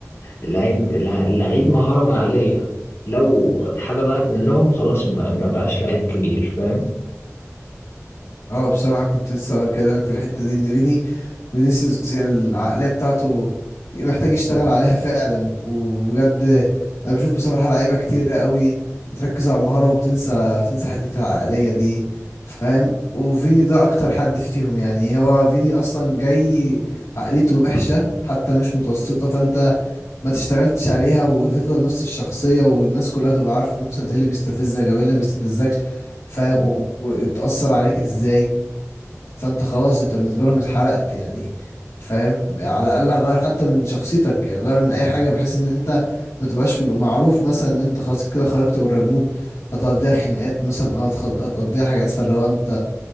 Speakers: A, on the left; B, on the left.
A: اللعيب اللعيب مهارة وعقلية لو حاجة ضاعت منهم خلاص ما, ما بقاش لعيب كبير فاهم
B: اه بصراحة كنت لسه اكلمك في الحتة دي ان فيني فينيسيوس هي العقلية بتاعته محتاج يشتغل عليها فعلا وبجد انا بشوف بصراحة لعيبة كتير قوي بتركز على المهارة وبتنسى بتنسى حتة العقلية دي فاهم وفيني ده اكتر حد فيهم يعني هو فيني اصلا جاي عقليته وحشة حتى مش متوسطة فانت ما تشتغلش عليها وتفضل نفس الشخصية والناس كلها تبقى عارفة مثلا ايه اللي بيستفزك او ايه اللي ما بيستفزكش فاهم و- وتأثر عليك ازاي فانت خلاص انت بالنسبه لهم اتحرقت يعني فاهم على الاقل غير حتى من شخصيتك يعني غير من اي حاجه بحيث ان انت ما تبقاش م- معروف مثلا ان انت خلاص كده خرجت بره المود هتقضيها خناقات مثلا او هتخ- هتقضيها حاجات فلو انت